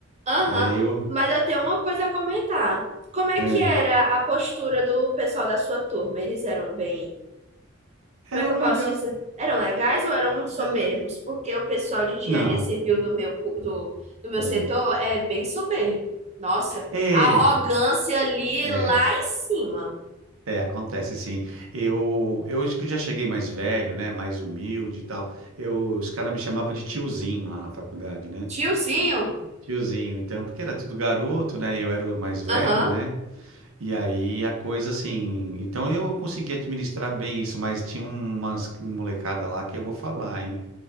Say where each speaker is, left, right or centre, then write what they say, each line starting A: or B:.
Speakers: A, on the right; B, on the right.
A: Aham.
B: É, eu.
A: Mas eu tenho uma coisa a comentar. Como é
B: É.
A: que era a postura do pessoal da sua turma? Eles eram bem como
B: Era
A: é que eu
B: um
A: posso
B: legal.
A: dizer? Eram legais ou eram muito soberbos?
B: era-
A: Porque o pessoal de engenharia
B: Não.
A: civil do meu, cu- do, do meu
B: Ah.
A: setor é bem soberbo. Nossa,
B: É,
A: a arrogância ali
B: é,
A: lá em cima.
B: é, acontece sim. Eu, eu acho que já cheguei mais velho, né? Mais humilde e tal. Eu, os caras me chamavam de tiozinho lá na faculdade, né?
A: Tiozinho?
B: Tiozinho, então, porque era tudo garoto, né? Eu era o mais velho,
A: Aham.
B: né? E aí a coisa assim. Então eu consegui administrar bem isso, mas tinha umas molecada lá que eu vou falar, hein?